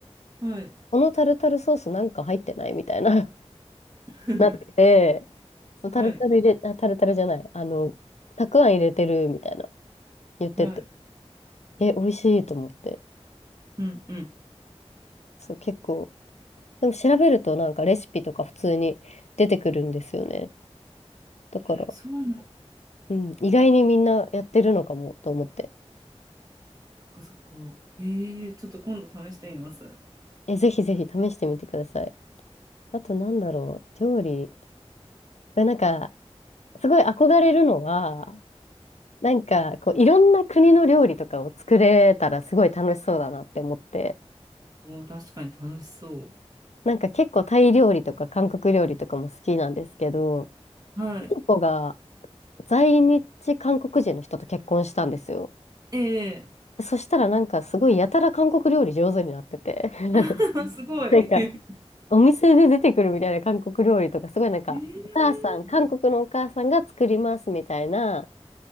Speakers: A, on the right (about 35°); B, on the left (about 80°).
A: はい。
B: このタルタルソースなんか入ってないみたいな <laughs>
A: <laughs>
B: なって、そうタルタル入れ、
A: はい。
B: あ、タルタルじゃない、あの、たくあん入れてるみたいな言ってて、
A: はい。
B: え、美味しいと思って、
A: うんうん。
B: そう、結構、でも調べるとなんかレシピとか普通に出てくるんですよね。だから、
A: そうなん、そ
B: うん、意外にみんなやってるのかもと思って、
A: っかそっか。えー、ちょっと今度試してみます。
B: え、ぜひぜひ試してみてください。あとなんだろう、料理、えなんか、すごい憧れるのは、なんか、こう、いろんな国の料理とかを作れたらすごい楽しそうだなって思って、
A: おー、確かに楽しそ
B: なんか結構タイ料理とか韓国料理とかも好きなんですけど、
A: う。はい。
B: いとこが在日韓国人の人と結婚したんですよ。
A: ええ
B: そしたらなんかすごいやたら韓国料理上手になってて、<laughs>
A: <laughs> すごい。
B: なんか
A: え
B: お店で出てくるみたいな韓国料理とか、すごいなんか、
A: え
B: お母さん、韓国のお母さんが作りますみたいな